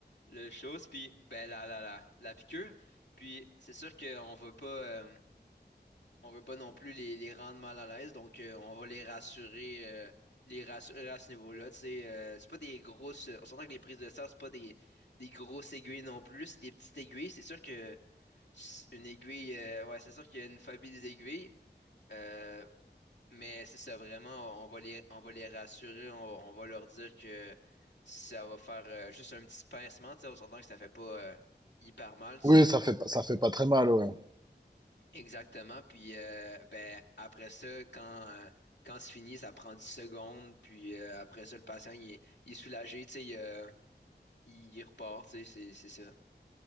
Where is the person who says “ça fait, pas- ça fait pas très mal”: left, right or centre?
Right